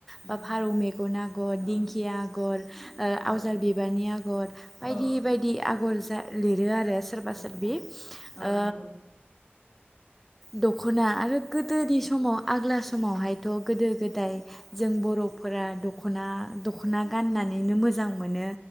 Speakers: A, on the left; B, in the centre.
A: उम
B: बा फारौ मेगन आगर,
A: औ
B: दिंखि आगर ओ आवजार
A: औ
B: बिबारनि आगर बायदि
A: औ
B: बे आगर जा लिरो आरो सोरबा
A: उम
B: सोरबि
A: उम औ
B: ओ
A: नंगौ
B: दख'ना आरो गोदोनि समाव आग्ला समावहायथ' गोदो गोदाय जों बर'फोरा दख'ना दख'ना गाननानैनो मोजां मोनो।